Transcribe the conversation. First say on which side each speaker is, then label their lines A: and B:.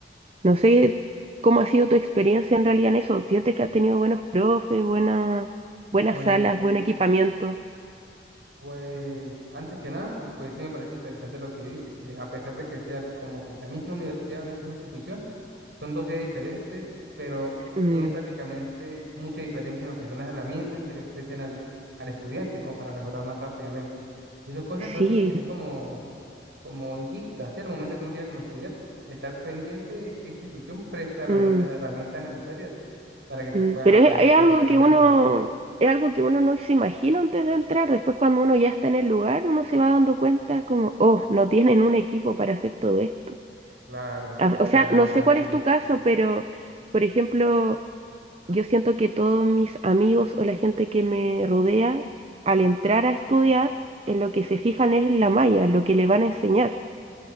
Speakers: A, on the right (about 35°); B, on the right (about 75°).
A: No sé cómo ha sido tu experiencia en realidad en eso. ¿Sientes que has tenido buenos profes, buena- buenas
B: pues
A: salas, buen equipamiento?
B: Pues antes que nada, pues sí me parece interesante lo que dice, que a pesar de que sea como que la misma universidad, misma institución, son dos sedes diferentes, pero
A: Mm,
B: tiene prácticamente mucha diferencia en lo que son las herramientas que le ofrecen al, al estudiante como para mejorar más rápidamente. Y son cosas
A: sí.
B: que uno tiene que tener como, como en vista, ¿sí? Al momento que uno quiera como estudiar, estar pendiente de qué institución presta realmente
A: mm.
B: las herramientas necesarias para que tú
A: Mm,
B: puedas
A: Pero
B: aprender
A: es, es
B: correctamente.
A: algo que uno, es algo que uno no se imagina antes de entrar. Después, cuando uno ya está en el lugar, uno se va dando cuenta como, oh, no tienen un equipo para hacer todo esto.
B: Claro,
A: A- O
B: claro,
A: sea, no
B: es entendible.
A: sé cuál es tu caso, pero, por ejemplo, yo siento que todos mis amigos o la gente que me rodea, al entrar a estudiar, en lo que se fijan es en la malla, en lo que le van a enseñar,